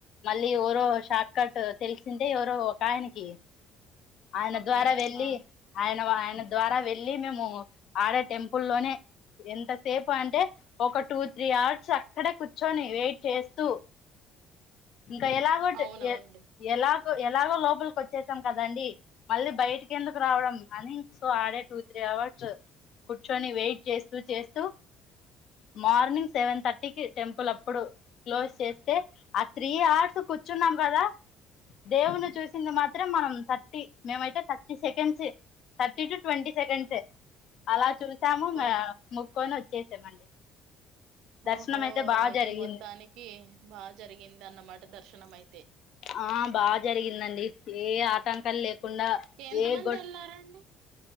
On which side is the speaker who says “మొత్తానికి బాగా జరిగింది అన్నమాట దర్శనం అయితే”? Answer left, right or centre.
Right